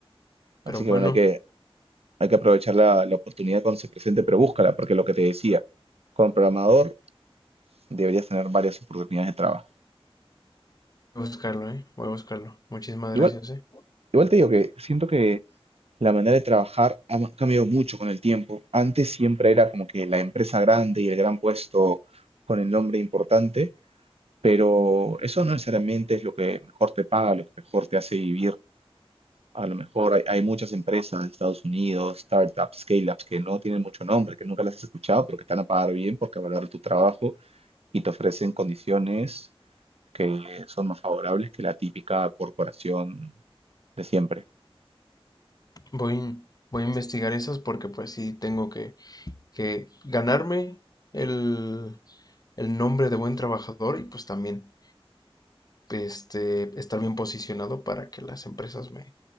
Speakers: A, on the right; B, on the left.
A: Así
B: pero bueno,
A: que bueno, hay que, hay que aprovechar la, la oportunidad cuando se presente, pero búscala, porque lo que te decía, como programador deberías tener varias oportunidades de trabajo.
B: voy a buscarlo, ¿eh? Voy a buscarlo. Muchísimas
A: Igual,
B: gracias, ¿eh?
A: igual te digo que siento que la manera de trabajar ha ma- cambiado mucho con el tiempo. Antes siempre era como que la empresa grande y el gran puesto con el nombre importante, pero eso no necesariamente es lo que mejor te paga, lo que mejor te hace vivir A lo mejor hay, hay muchas empresas de Estados Unidos, startups, scale-ups, que no tienen mucho nombre, que nunca las has escuchado, pero que te van a pagar bien porque valoran tu trabajo y te ofrecen condiciones que son más favorables que la típica corporación de siempre.
B: Voy, voy a investigar esas porque pues sí tengo que que ganarme el, el nombre de buen trabajador y pues también este, estar bien posicionado para que las empresas me,